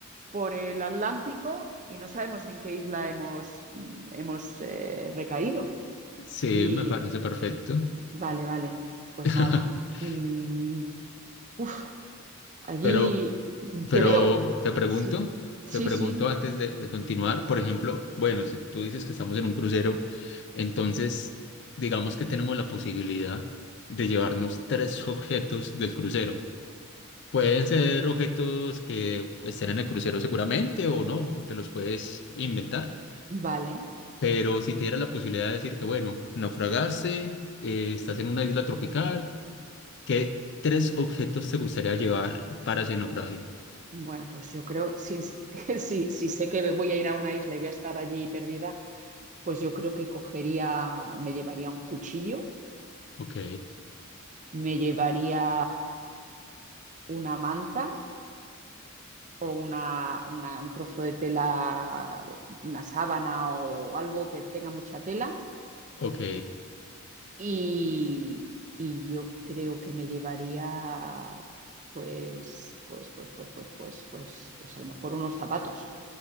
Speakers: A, on the right (about 35°); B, on the left (about 55°).
A: por el Atlántico y no sabemos en qué isla hemos, hemos eh, recaído.
B: Sí,
A: Y
B: me parece perfecto.
A: vale, vale, pues
B: <laughs>
A: nada. Mm, uf, Allí
B: Pero
A: te
B: Pero
A: veo.
B: te pregunto,
A: Sí, sí,
B: te pregunto
A: sí.
B: antes de, de continuar, por ejemplo, bueno, si tú dices que estamos en un crucero, entonces digamos que tenemos la posibilidad de llevarnos tres objetos del crucero. Pueden ser objetos que estén en el crucero seguramente o no, o te los puedes inventar,
A: Vale.
B: pero si te diera la posibilidad de decirte, bueno, naufragaste, eh, estás en una isla tropical, ¿qué tres objetos te gustaría llevar para ese naufragio?
A: Bueno, pues yo creo, si, <laughs> si, si sé que voy a ir a una isla y voy a estar allí perdida, pues yo creo que cogería, me llevaría un cuchillo,
B: Ok,
A: me llevaría una manta o una, una- un trozo de tela, una sábana o algo que tenga mucha tela
B: ok.
A: Y, y yo creo que me llevaría, pues, pues, pues, pues, pues, pues, pues, pues a lo mejor unos zapatos,